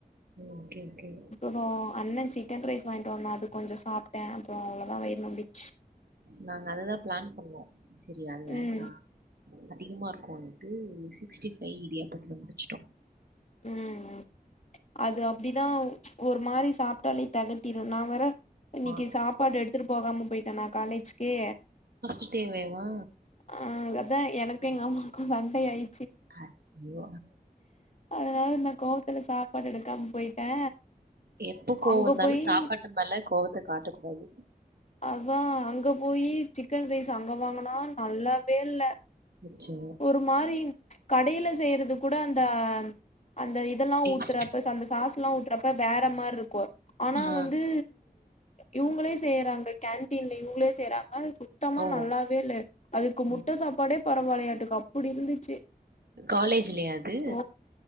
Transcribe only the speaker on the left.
அப்றோ அண்ண சிக்கன் ரைஸ் வாய்ண்ட்டு வந்தா அது கொஞ்ச சாப்ட்டே அப்றோ அவ்ளதா வயிறு நொம்பிட்ச்சு
ம்
ம் அது அப்டிதா ஒரு மாரி சாப்ட்டாலே தெகட்டிடு நா வேற இன்னிக்கு
சாப்பாடு எடுத்துட்டு போகாம போயிட்டனா காலேஜ்கு
ஆ அதா எனக்கு எங்கம்மாக்கு சண்ட ஆயி
அதனால நா கோவத்துல சாப்பாடு எடுக்காம போயிட்டே
அங்க
போயி
அதா அங்க போயி சிக்கன் ரைஸ் அங்க வாங்குனா நல்லாவே இல்ல
ஒரு மாரி கடைய்ல செய்யறது கூட அந்த அந்த இதெல்லா
ஊத்துறப்ப ச அந்த சாஸ்ல்லா ஊத்துறப்ப வேற மார்ருக்கு ஆனா
வந்து இவுங்களே செய்யறாங்க கேன்டீன்ல இவுங்களே செய்றாங்க சுத்தமா
நல்லாவே இல்ல அதுக்கு முட்ட
சாப்பாடே பரவால்லயாட்டுக்கு அப்புடி இருந்துச்சு
சோ